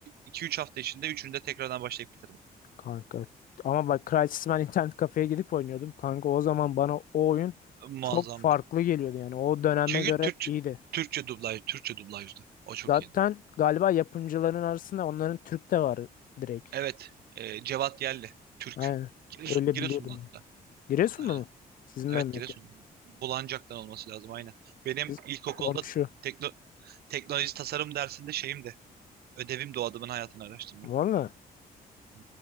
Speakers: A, on the right; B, on the left.
A: iki üç hafta içinde üçünü de tekrardan başlayıp bitirdim.
B: Kanka. Ama bak Crysis ben internet kafeye gidip oynuyordum. Kanka o zaman bana o oyun
A: Muazzamdı.
B: çok farklı geliyordu yani. O döneme
A: Çünkü
B: göre
A: Türkçe
B: iyiydi.
A: Türkçe dublaj, Türkçe dublajdı. O çok
B: Zaten
A: iyiydi.
B: galiba yapımcıların arasında onların Türk de var direkt.
A: Evet. E, Cevat Yelli. Türk.
B: Aynen.
A: Giresun,
B: Öyle
A: Giresunlu
B: biliyordum.
A: hatta.
B: Giresunlu
A: Aynen.
B: mu? Sizin
A: Evet
B: memleket.
A: Giresunlu. Bulancak'tan olması lazım aynen. Benim
B: Siz
A: ilkokulda
B: komşu.
A: tekno, teknoloji tasarım dersinde şeyim de ödevim de o adamın hayatını araştırmak.
B: Valla.
A: Hı,